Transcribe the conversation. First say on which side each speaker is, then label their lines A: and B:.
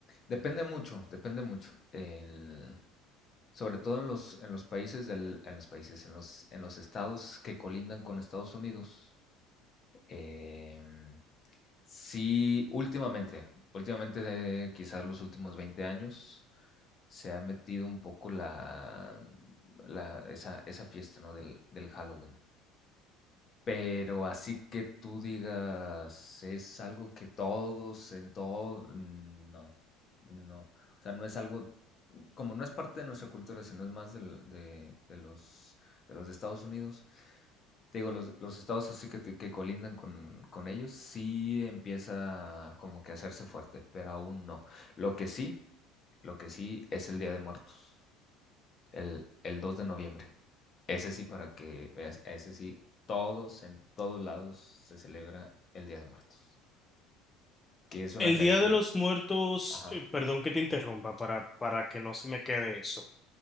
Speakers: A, on the left; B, on the left.
A: depende mucho, depende mucho. El, sobre todo en los, en los países, del, en los países, en los, en los estados que colindan con Estados Unidos, eh, sí, últimamente, últimamente de quizás los últimos 20 años, se ha metido un poco la, la esa, esa fiesta ¿no? del, del Halloween. Pero así que tú digas, es algo que todos en todo, Mm, no, no. O sea, no es algo, como no es parte de nuestra cultura, sino es más del- de, de los, de los de Estados Unidos. Te digo, los, los estados así que, te- que colindan con, con ellos, sí empieza como que a hacerse fuerte, pero aún no. Lo que sí, lo que sí es el Día de Muertos. El, el 2 de noviembre. Ese sí, para que veas, ese sí, todos, en todos lados se celebra el Día de Muertos. Que es una
B: El
A: tradición,
B: Día de los Muertos,
A: Ajá.
B: eh, perdón que te interrumpa para, para que no se me quede eso.